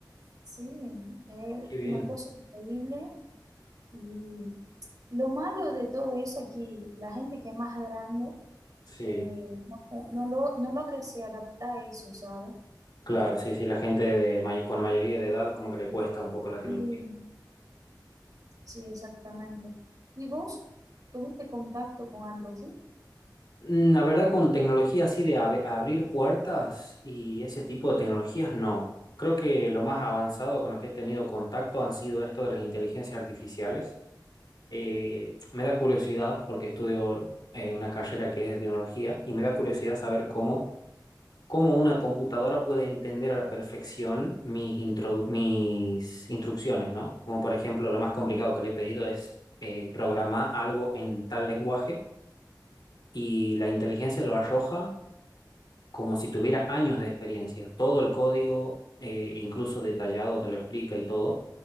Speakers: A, on the right; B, on the left.
A: Sí, es
B: Qué bien.
A: una cosa increíble. Y lo malo de todo eso es que la gente que es más grande
B: Sí,
A: eh, no, no lo- no logra se adaptar a eso, ¿sabes?
B: claro, sí, sí, la gente de may- con mayoría de edad como que le cuesta un poco la tecnología.
A: Sí, sí, exactamente. ¿Y vos tuviste contacto con algo así?
B: Mm, La verdad, con tecnología así de ab- abrir puertas y ese tipo de tecnologías, no. Creo que lo más avanzado con lo que he tenido contacto han sido esto de las inteligencias artificiales. Eh, me da curiosidad porque estudio eh, una carrera que es de tecnología y me da curiosidad saber cómo cómo una computadora puede entender a la perfección mis, introdu- mis instrucciones, ¿no? Como por ejemplo, lo más complicado que le he pedido es eh, programar algo en tal lenguaje y la inteligencia lo arroja como si tuviera años de experiencia. Todo el código, eh, incluso detallado, te lo explica y todo.